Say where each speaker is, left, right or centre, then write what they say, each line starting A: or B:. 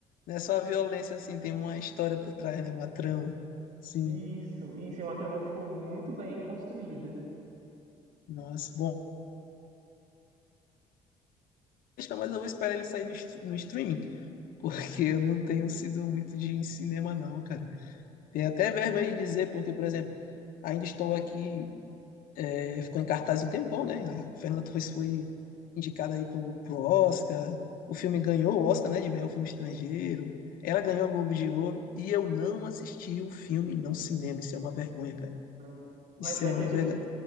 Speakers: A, on the left; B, on the right.
A: não é só a violência, assim, tem uma história por trás, né, uma trama. Sim.
B: Isso, isso, é uma trama, tipo, muito bem construída.
A: Nossa, bom. Mas eu vou esperar ele sair no, str- no streaming, porque eu não tenho sido muito de ir em cinema, não, cara. Tenho até vergonha de dizer, porque, por exemplo, ainda estou aqui É, ficou em cartaz um tempão, né? A Fernanda Torres foi indicada aí pro, pro Oscar. O filme ganhou o Oscar, né? De melhor filme estrangeiro. Ela ganhou o Globo de Ouro. E eu não assisti o filme no cinema. Isso é uma vergonha, cara.
B: Nossa. Mas,
A: Isso
B: mas,
A: é uma
B: você já,
A: vergonha.